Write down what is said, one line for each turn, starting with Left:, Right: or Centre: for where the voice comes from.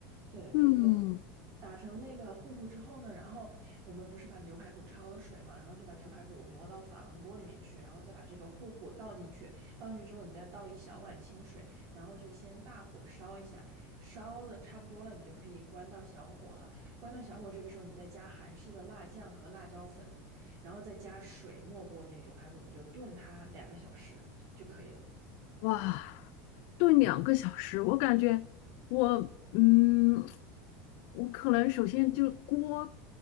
Right: 对对。
Left: 嗯。
Right: 打成那个糊糊之后呢，然后我们不是把牛排骨焯了水嘛，然后就把牛排骨挪到珐琅锅里面去，然后再把这个糊糊倒进去，倒进去之后，你再倒一小碗清水，然后就先大火烧一下，烧了差不多了，你就可以关到小火了。关到小火，这个时候你再加韩式的辣酱和辣椒粉，然后再加水没过那个牛排骨，你就炖它两个小时就可以了。
Left: 哇，炖两个小时，我感觉我嗯，我可能首先就锅，